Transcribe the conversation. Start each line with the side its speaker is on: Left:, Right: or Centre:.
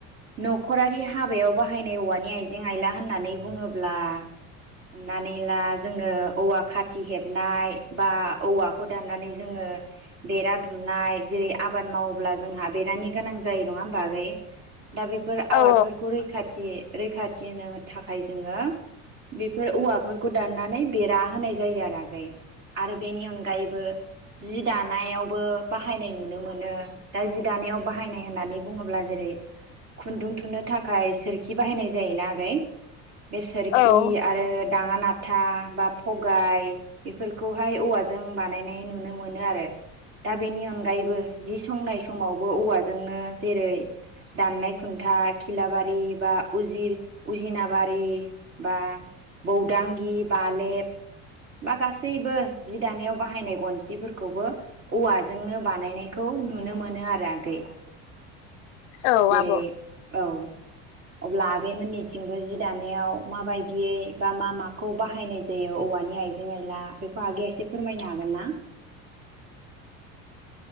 Right: न'खरारि हाबायाव बाहायनाय औवानि आइजें आइला होननानै बुङोब्ला हमनानै ला जोङो औवा खाथि हेबनाय बा औवाखौ दाननानै जोङो बेरा दुमनाय जेरै आबाद मावोब्ला जोंहा बेरानि गोनां जायो नङा होमबा आगै दा बेफोर आबादफोरखौ
Left: औ
Right: रैखाथि रैखाथिनो थाखाय जोङो बेफोर औवाफोरखौ दाननानै बेरा होनाय जायो आरो आगै आरो बेनि अनगायैबो जि दानायावबो बाहायनाय नुनो मोन नो दा जि दानायाव बाहायनाय होननानै बुङोब्ला जेरै खुन्दुं थुन्नो थाखाय सोरखि बाहायनाय जायोना आगै बे सोरखि
Left: औ
Right: आरो दाङा नाथ था बा फगाय बेफोरखौहाय औवाजों बानायनाय नुनो मोनो आरो दा बेनि अनगायैबो जि संनाय समावबो औवाजोंनो जेरै दाननाय खुन्था खिलाबारि बा उजिर उजिनाबारि बा बौदांगि बालेब बा गासैबो जि दानायाव बाहायनाय गनसिफोरखौबो औवाजोंनो बानायनायखौ नुनो मोनो आरो आगै
Left: औ
Right: जेरै
Left: आब'
Right: औ अब्ला आगै मोननिथिंबो जि दानायाव माबायदियै बा मा माखौ बाहायनाय जायो औवानि आइजें आइला बेखौ आगैया एसे फोरमायनो हागोन ना